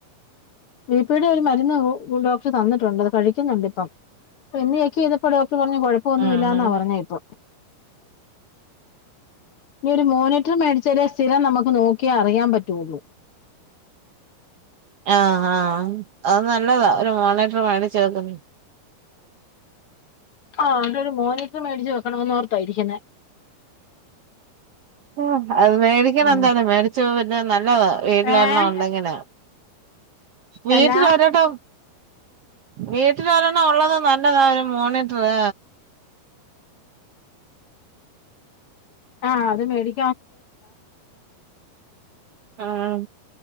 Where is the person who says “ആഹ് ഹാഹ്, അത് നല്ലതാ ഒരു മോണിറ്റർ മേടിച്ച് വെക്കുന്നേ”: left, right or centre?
Right